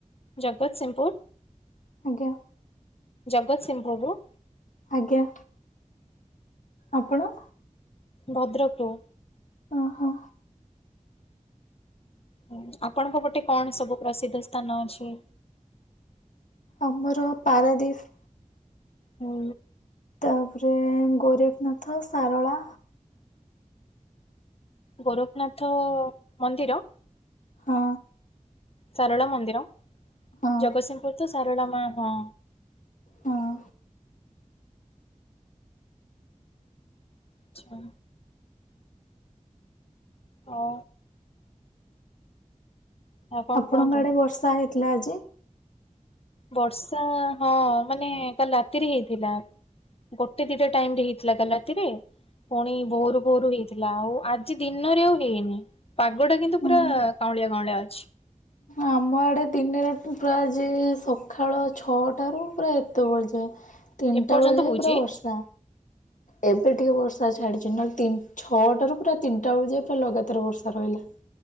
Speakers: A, on the left; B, on the left.
A: ଜଗତସିଂହପୁର।
B: ଆଜ୍ଞା।
A: ଜଗତସିଂହପୁର ରୁ।
B: ଆଜ୍ଞା ଆପଣ।
A: ଭଦ୍ରକରୁ।
B: ଓହୋ।
A: ହୁଁ ଆପଣଙ୍କ ପଟେ କଣ ସବୁ ପ୍ରସିଦ୍ଧ ସ୍ଥାନ ଅଛି?
B: ଆମର ପାରାଦ୍ୱୀପ୍।
A: ହୁଁ
B: ତାପରେ ଗୋରେଖନାଥ ସାରଳା।
A: ଗୋରଖନାଥ ମନ୍ଦିର?
B: ହଁ।
A: ସାରଳା ମନ୍ଦିର,
B: ହଁ।
A: ଜଗତସିଂହପୁର ତ ସାରଳା ମା ହଁ।
B: ହଁ
A: ଆଚ୍ଛା। ହଉ। ଆଉ କଣ
B: ଆପଣଙ୍କ
A: କୁହନ୍ତୁ?
B: ଆଡ଼େ ବର୍ଷା ହେଇଥିଲା ଆଜି?
A: ବର୍ଷା ହଁ ମାନେ କାଲି ରାତିରେ ହେଇଥିଲା। ଗୋଟେ ଦିଟା ଟାଇମ୍ ରେ ହେଇଥିଲା କାଲି ରାତିରେ। ପୁଣି ଭୋରୁ ଭୋରୁ ହେଇଥିଲା ଆଉ ଆଜି ଦିନରେ ଆଉ ହେଇନି। ପାଗ ଟା କିନ୍ତୁ
B: ହଁ।
A: ପୁରା କାଉଁଳିଆ କାଉଁଳିଆ ଅଛି।
B: ଆମ ଆଡ଼େ ଦିନେରେ ତ ପ୍ରାୟ ଯେ ସକାଳ ଛଅଟାରୁ ପୁରା ଏତେବେଳ ଯାଏ। ତିନିଟା
A: ଏପର୍ଯ୍ୟନ୍ତ
B: ବେଳ ଯାଏଁ
A: ହଉଛି।
B: ପୁରା ବର୍ଷା। ଏବେ ଟିକେ ବର୍ଷା ଛାଡିଛି ନହେଲେ ତିନ ଛଅଟାରୁ ପୁରା ତିନିଟା ବେଳ ଯାଏ ପୁରା ଲଗାତାର ବର୍ଷା ରହିଲା।